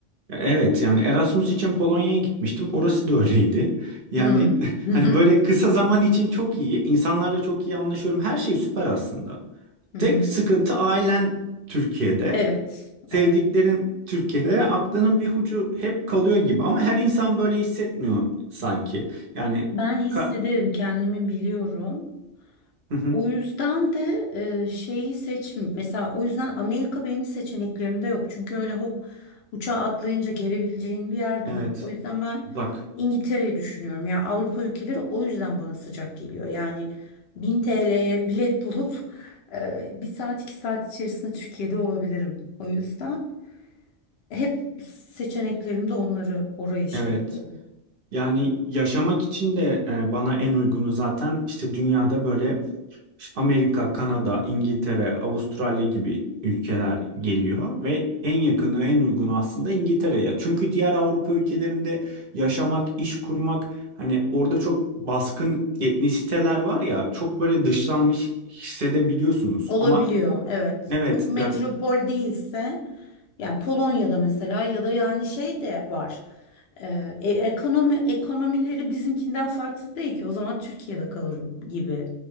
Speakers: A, on the right (about 50°); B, on the left (about 65°).
A: Evet yani Erasmus için Polonya'ya gitmiştim. Orası da öyleydi. Yani
B: Hmm.
A: <laughs>
B: <laughs>
A: hani böyle kısa zaman için çok iyi. İnsanlarla çok iyi anlaşıyorum. Her şey süper aslında.
B: Hı hı.
A: Tek sıkıntı ailen Türkiye'de.
B: Evet,
A: Sevdiklerin
B: evet.
A: Türkiye'de ve aklının bir ucu hep kalıyor gibi. Ama her insan böyle hissetmiyor sanki. Yani
B: Ben hissederim,
A: ka-
B: kendimi biliyorum.
A: Hı hı.
B: O yüzden de e, şeyi seç mesela o yüzden Amerika benim seçeneklerimde yok. Çünkü öyle hop uçağa atlayınca gelebileceğin bir yer
A: Evet.
B: değil. O yüzden ben
A: Uzak.
B: İngiltere'yi düşünüyorum. Ya Avrupa ülkeleri o yüzden bana sıcak geliyor. Yani 1000 TL'ye bilet bulup e, bir saat iki saat içerisinde Türkiye'de olabilirim. O yüzden hep seçeneklerimde onları orayı şey
A: Evet.
B: yapıyorum.
A: Yani yaşamak için de e, bana en uygunu zaten işte dünyada böyle ş- Amerika, Kanada, İngiltere, Avustralya gibi ülkeler geliyor ve en yakını, en uygunu aslında İngiltere'ye. Çünkü diğer Avrupa ülkelerinde yaşamak, iş kurmak hani orada çok baskın etnisiteler var ya çok böyle dışlanmış hissedebiliyorsunuz.
B: Olabiliyor,
A: Ama
B: evet.
A: evet
B: Çok metropol
A: yani
B: değilse, yani Polonya'da mesela ya da yani şey de var. Ee, e- ekonomi ekonomileri bizimkinden farksız değil ki. O zaman Türkiye'de kalırım gibi.